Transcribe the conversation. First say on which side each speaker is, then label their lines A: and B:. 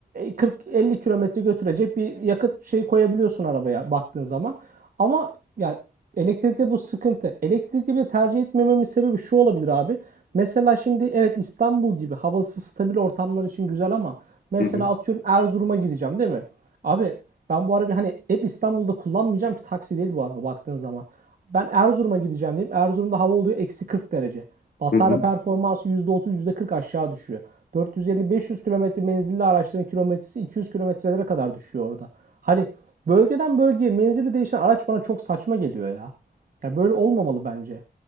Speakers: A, on the right; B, on the left.
A: 40-50 kilometre götürecek bir yakıt şeyi koyabiliyorsun arabaya baktığın zaman. Ama yani elektrikte bu sıkıntı. Elektrikli bir tercih etmememin sebebi şu olabilir abi. Mesela şimdi evet İstanbul gibi havası stabil ortamlar için güzel ama mesela
B: hı hı,
A: atıyorum Erzurum'a gideceğim değil mi? Abi ben bu arabayı hani hep İstanbul'da kullanmayacağım ki taksi değil bu araba baktığın zaman. Ben Erzurum'a gideceğim diyeyim. Erzurum'da hava oluyor eksi 40 derece. Batarya
B: hı hı.
A: performansı yüzde otuz yüzde kırk aşağı düşüyor. 450-500 kilometre menzilli araçların kilometresi 200 kilometrelere kadar düşüyor orada. Hani bölgeden bölgeye menzili değişen araç bana çok saçma geliyor ya. Ya böyle olmamalı bence.